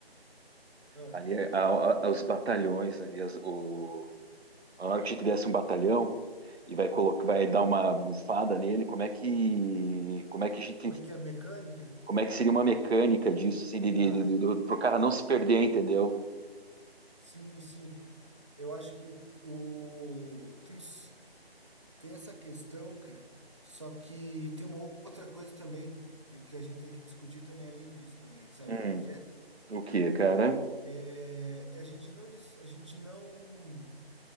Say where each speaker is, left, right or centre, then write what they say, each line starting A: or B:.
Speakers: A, on the right (about 30°); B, on the right (about 80°).
A: Ah,
B: ali a- a- a- os batalhões ali, as- o- a hora que a gente desse um batalhão e vai colocar, vai dar uma bufada nele, como é que, como é que a gente
A: como é que é a mecânica?
B: Como é que seria uma mecânica disso, assim, de, de,
A: Tá.
B: de, do- do- pro cara não se perder, entendeu?
A: Sim, sim. Eu acho que o tem s- tem essa questão, cara. Só que tem uma outra coisa também que o que a gente tem que discutir também além disso também, sabe
B: Hum,
A: o que que é?
B: o que, cara?
A: É, a gente não dec- a gente não